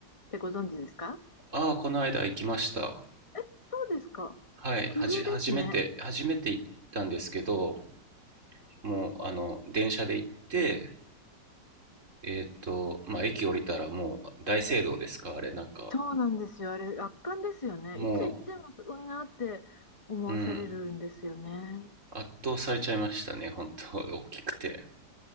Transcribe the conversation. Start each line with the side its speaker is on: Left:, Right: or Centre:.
Left: てご存知ですか
Right: ああ、この間行きました。
Left: え、そうですか。
Right: はい、
Left: 奇遇ですね。
Right: はじ、初めて、初めて行ったんですけど、もう、あの、電車で行って、えっと、まあ、駅降りたらもう大聖堂ですか、あれ、なんか、
Left: そうなんですよ。あれ、圧巻ですよね。
Right: も
Left: いつ行ってもすごいなって思わされるんですよね。
Right: う、うん、圧倒されちゃいましたね、本当大きくて。